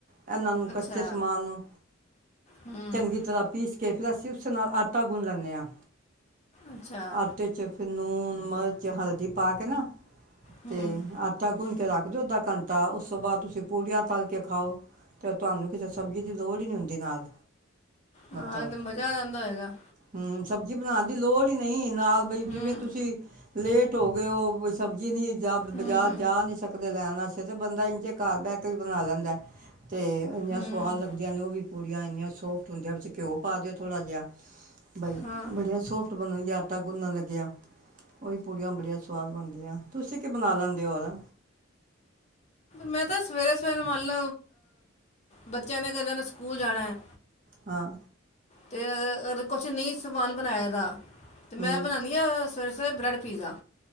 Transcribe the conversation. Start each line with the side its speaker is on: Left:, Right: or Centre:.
Right: ਇਹਨਾਂ ਨੂੰ ਕੱਚੇ
Left: ਅੱਛਾ
Right: ਸਮਾਨ ਨੂੰ
Left: ਹੂੰ
Right: ਚੰਗੀ ਤਰ੍ਹਾਂ ਪੀਸ ਕੇ ਆਟਾ ਗੁੰਨ ਲੈਦੇ ਆ
Left: ਅੱਛਾ
Right: ਆਟੇ ਚ ਫਿਰ ਲੂਣ ਨਮਰ ਚ ਹਲਦੀ ਪਾ ਕੇ ਨਾ
Left: ਹੂੰ
Right: ਤੇ ਆਟਾ ਗੁਣ ਰੱਖ ਦਿਓ ਉਹਦਾ ਕੰ ਤਾਂ ਉਸ ਤੋਂ ਬਾਅਦ ਤੁਸੀਂ ਪੂੜੀਆਂ ਤਲ ਕੇ ਖਾਓ ਅਤੇ ਤੁਹਾਨੂੰ ਕਿਸੇ ਸਬਜ਼ੀ ਦੀ ਲੋੜ ਨਹੀਂ ਹੁੰਦੀ ਨਾਲ
Left: ਖਾਣ
Right: ਮਤਲਬ
Left: ਦਾ ਮਜ਼ਾ ਆ ਜਾਂਦਾ ਹੈਗਾ
Right: ਹੂੰ ਸਬਜ਼ੀ ਬਣਾਉਣ ਦੀ ਲੋੜ ਹੀ ਨਹੀਂ ਨਾਲ ਬਈ
Left: ਹੂੰ
Right: ਜਿਵੇਂ ਤੁਸੀਂ ਲੇਟ ਹੋ ਗਏ ਉਹ ਸਬਜ਼ੀ ਨਹੀਂ ਜਾਂ ਬਾਜ਼ਾਰ
Left: ਹੂੰ
Right: ਜਾ ਨਹੀਂ ਸਕਦਾ ਲੈਣਾ ਸੀ ਤਾਂ ਬੰਦਾ ਇ ਕ ਘਰ ਬੈਠ ਕੇ ਵੀ ਬਣਾ ਲੈਂਦਾ ਅਤੇ ਇੰਨੀਆਂ
Left: ਹੂੰ
Right: ਸਵਾਦ ਲੱਗਦੀਆਂ ਨੇ ਉਹ ਵੀ ਪੂੜੀਆਂ ਇਨੀਆਂ ਸੋਫਟ ਹੁੰ ਘਿਓ ਪਾ ਦਿਓ ਥੜ੍ਹਾ ਜਿਹਾ ਬਾਈ
Left: ਹਾਂ
Right: ਬੜੀਆ ਸੋਫਟ ਬਣਣਗੀਆਂ ਆਟਾ ਗੁੰਨਣ ਲੱਗਿਆ ਉਹੀ ਪੂੜੀਆਂ ਬੜੀਆਂ ਸਵਾਦ ਬਣਦੀਆਂ ਤੁਸੀਂ ਕਿ ਬਣਾ ਲੈਂਦੇ ਹੋਰ
Left: ਮੈਂ ਤਾਂ ਸਵੇਰੇ ਸਵੇਰੇ ਮੱਲ ਬੱਚਿਆਂ ਨੇ ਕਦੇ ਨੇ ਸਕੂਲ ਜਾਣਾ ਹੈ
Right: ਹਾਂ
Left: ਤੇ ਅ ਕੁਛ ਨਹੀਂ ਸਮਾਨ ਬਣਾਇਆ ਦਾ ਤੇ ਮੈਂ
Right: ਹੂੰ
Left: ਬਣਾਾਨਦੀ ਆ ਸਵੇਰੇ ਸਵੇਰੇ ਬਰੈਡ ਪੀਜ਼ਾ